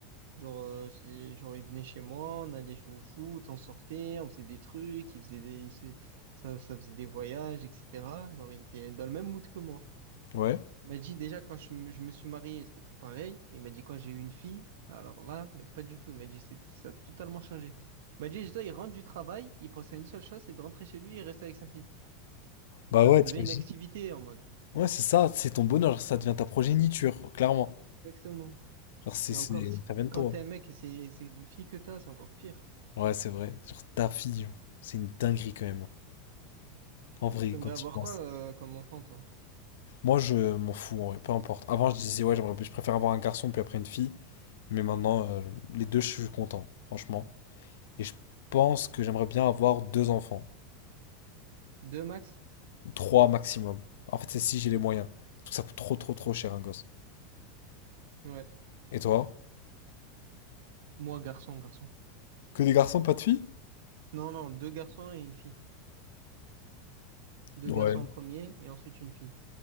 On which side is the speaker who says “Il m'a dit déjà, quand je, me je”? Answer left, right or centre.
Right